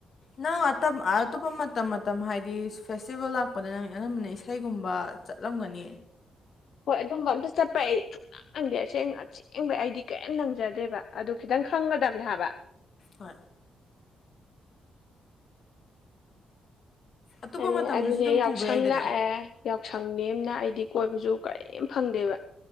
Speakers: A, on the left; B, on the left.
A: ꯅ ꯑꯇꯣꯞꯕ ꯇꯞꯄ ꯇꯣ ꯃꯇꯝ ꯍꯥꯏꯗꯤ ꯐꯦꯁꯇꯤꯚꯦꯜ ꯂꯥꯛꯄꯗ ꯅꯪ ꯑꯅꯝꯕꯅ ꯏꯁꯩꯒꯨꯝꯕ ꯆꯠꯂꯝꯒꯅꯤ
B: ꯍꯣꯏ ꯑꯗꯨꯝꯕ ꯑꯝꯇ ꯆꯠꯄ ꯑꯩ ꯁꯨꯅꯪ ꯅꯪꯗꯦ ꯑꯁꯦꯡ ꯑꯁꯦꯡꯕ ꯑꯩꯗꯤ ꯀꯔꯤꯝ ꯅꯪꯖꯗꯦꯕ ꯑꯗꯨ ꯈꯤꯇꯪ ꯈꯪꯒꯗꯕꯅꯦ ꯍꯥꯏꯕ
A: ꯍꯣꯏ ꯑꯇꯣꯞꯄ
B: ꯑ
A: ꯃꯇꯝꯗꯁꯨ
B: ꯑꯗꯨꯅꯦ
A: ꯑꯗꯨꯝ
B: ꯌꯥꯎꯁꯪ
A: ꯄꯨꯕ ꯌꯥꯏꯗꯅ
B: ꯂꯥꯛꯑꯦ ꯌꯥꯎꯁꯪ ꯅꯅ ꯑꯩꯗꯤ ꯀꯣꯏꯕꯁꯨ ꯀꯔꯤꯝ ꯐꯪꯗꯦꯕ